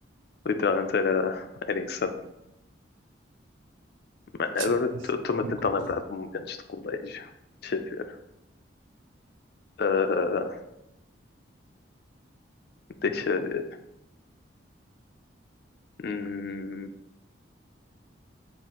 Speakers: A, on the left; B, on the right.
A: Literalmente era, era insano. Mano,
B: Sim,
A: agora
B: isso,
A: estou-me
B: eu concordo.
A: a tentar lembrar de momentos de colégio. Deixa eu ver. Ah, deixa eu ver. Hum,